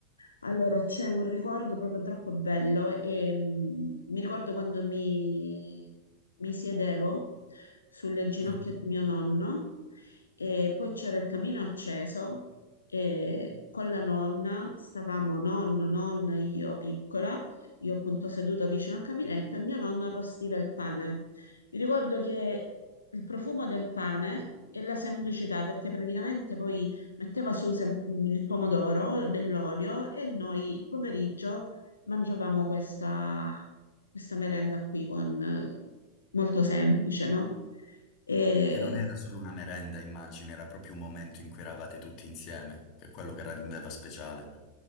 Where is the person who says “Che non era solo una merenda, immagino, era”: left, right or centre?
Left